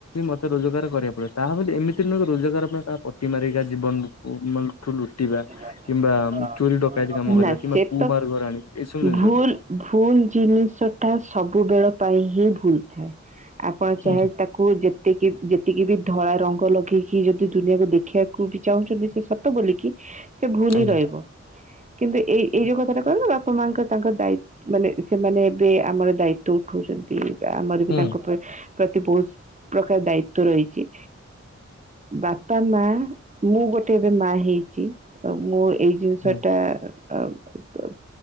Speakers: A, on the left (about 60°); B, on the right (about 25°).
A: ମତେ ରୋଜଗାର କରିବାକୁ ପଡିବ ତାହା ଏମିତି ନୁହ ରୋଜଗାର ତା ପଟି ମାରିକ ଜୀବନଠୁ ଲୁଟୁ ଲୁଟିବା
B: ନା
A: କିମ୍ବା ଚୋରି ଡକାୟତି କାମ କରିବା କିମ୍ବା
B: ସେ
A: କୁ
B: ତ
A: ମାର୍ଗରେ ଆଣିବା ଏସବୁ ଜିନିଷ
B: ଭୁଲ
A: ନୁହେଁ।
B: ଭୁଲ ଜିନିଷ ଟା ସବୁବେଳ ପାଇଁ ହିଁ ଭୁଲ ଥାଏ ଆପଣ ଚାହେ
A: ଆଜ୍ଞା
B: ତା କୁ ଯେତିକି ଯେତିକି ବି ଧଳା ରଙ୍ଗ ଲଗେଇକି ଯଦି ଦୁନିଆକୁ ଦେଖିବାକୁ ବି ଚାହୁଁଛନ୍ତି ସେତ ତ ବୋଲିକି ସେ ଭୁଲ ହିଁ
A: ଆଜ୍ଞା
B: ରହିବ। କିନ୍ତୁ ଏଇ ଏଇ ଯୋଉ କଥାଟା କହିଲ ବାପା ମାଆଙ୍କ ତାଙ୍କର ଦାୟି ମାନେ ସେମାନେ ଏବେ ଆମର ଦାୟିତ୍ଵ ଉଠଉଛନ୍ତି ଆମର
A: ହୁଁ
B: ବି ତାଙ୍କ ଉପ ପ୍ରତି ବହୁତ ପ୍ରକାର ଦାୟିତ୍ଵ ରହିଛି। ବାପା ମା ମୁଁ ଗୋଟେ ଏବେ ମା ହେଇଛି ତ ମୁଁ ଏଇ ଜିନିଷ
A: ହୁଁ
B: ଟାଅ ବ୍